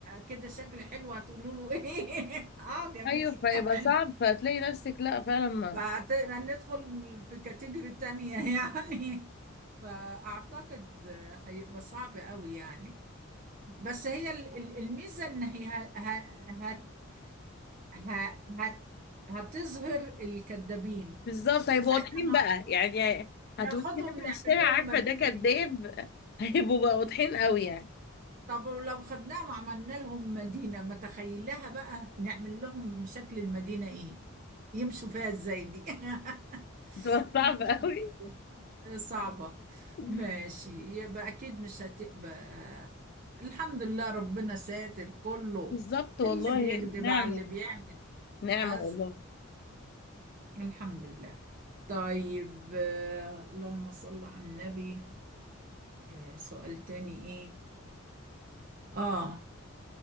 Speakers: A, on the right; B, on the left.
A: كده شكل حلو هتقولوا له ايه <laughs> اه جميل
B: ايوه فيبقى
A: <laughs> شوف
B: صعب فهتلاقي نفسك لا فعلا ما
A: فهت- هندخل في كاتيجوري تانية يعني <laughs> فأعتقد هيبقى صعب قوي يعني بس هي ال- ال- الميزة إن هي ه- ه- ه- ه- هتظهر الكذابين
B: بالظبط هيبقوا
A: ساعتها
B: واضحين
A: ن-
B: بقى يعني هتقولي
A: ناخدهم
B: فاكره في
A: نعمل
B: الشارع
A: لهم
B: عارفه
A: مدينة
B: ده كداب <laughs> هيبقوا بقى واضحين قوي يعني
A: طب لو خدناهم وعملنا لهم مدينة ما تخيلها بقى نعمل لهم شكل المدينة ايه يمشوا فيها ازاي دي <laughs>
B: بتبقى صعب
A: يمشوا
B: قوي
A: فيها ازاي صعبة
B: <laughs>
A: ماشي يبقى اكيد مش هتبقى آه، الحمد لله ربنا ساتر كله
B: بالظبط والله
A: اللي بيكذب
B: نعمه
A: على اللي بيعمل
B: نعمه
A: أس...
B: والله
A: الحمد لله طيب آه، اللهم صل على النبي آه، سؤال تاني ايه اه